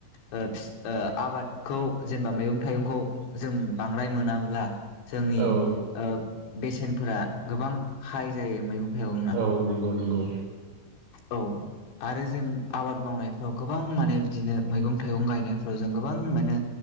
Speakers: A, on the left; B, on the right.
A: ओ फिस ओ आबादखौ जेनेबा मैगं थाइगंखौ जों बांद्राय मोनाब्ला जोंनि
B: औ
A: ओ बेसेनफोरा गोबां हाइ जायो मैगं थाइगंना
B: औ नंगौ-नंगौ
A: औ आरो जों आबाद मावनायफ्राव गोबां माने बिदिनो मैगं थाइगं गायनायफ्राव जों गोबां मोनो